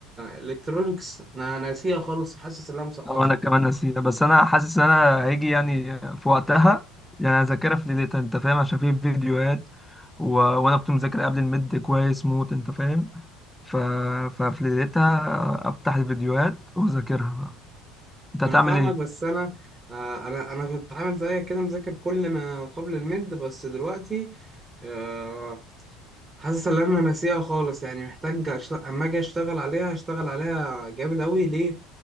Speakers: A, on the right; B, in the centre.
A: الكترونكس انا ناسيها خالص حاسس ان انا مسقطها
B: أو أنا كمان نسيت بس أنا حاسس إن أنا هيجي يعني في وقتها يعني أذاكرها في ليلتها أنت فاهم عشان في فيديوهات و... وأنا كنت مذاكر قبل الميد كويس موت أنت فاهم ف... ففي ليلتها أفتح الفيديوهات وأذاكرها بقى أنت
A: ما
B: هتعمل
A: انا فاهمك
B: إيه؟
A: بس انا آه، انا انا كنت عامل زيك كده مذاكر كل ما قبل الميد بس دلوقتي آه، حاسس ان انا ناسيها خالص يعني محتاج أشت- اما اجي اشتغل عليها هشتغل عليها جامد قوي ليه